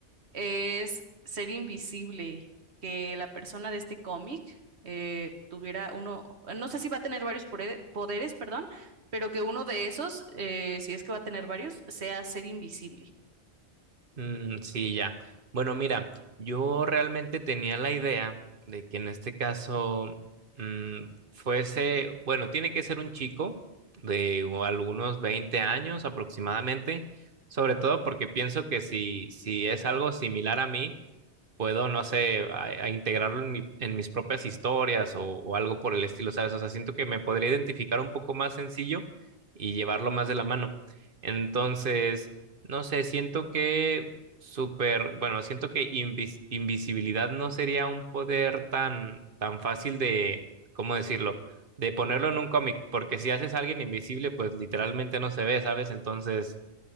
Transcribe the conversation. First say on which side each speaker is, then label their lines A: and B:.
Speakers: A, on the right; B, on the right.
A: es ser invisible, que la persona de este cómic eh, tuviera uno, no sé si va a tener varios pore- poderes, perdón, pero que uno de esos, eh, si es que va a tener varios, sea ser invisible.
B: Mm, sí, ya. Bueno, mira, yo realmente tenía la idea de que en este caso mm, fuese, bueno, tiene que ser un chico de u- algunos 20 años aproximadamente, sobre todo porque pienso que si, si es algo similar a mí, puedo, no sé, a, a integrarlo en, mi- en mis propias historias o, o algo por el estilo, ¿sabes? O sea, siento que me podría identificar un poco más sencillo y llevarlo más de la mano. Entonces, no sé, siento que súper, bueno, siento que invis- invisibilidad no sería un poder tan, tan fácil de, ¿cómo decirlo? De ponerlo en un cómic, porque si haces a alguien invisible, pues literalmente no se ve, ¿sabes? Entonces,